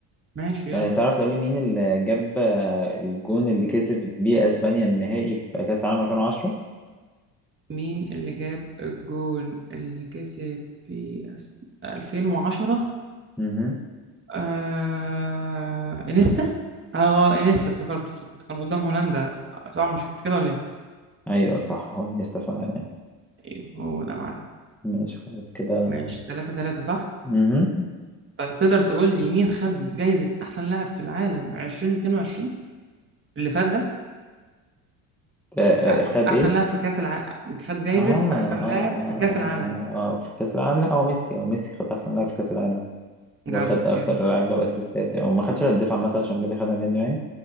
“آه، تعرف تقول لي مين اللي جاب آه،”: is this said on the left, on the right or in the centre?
Centre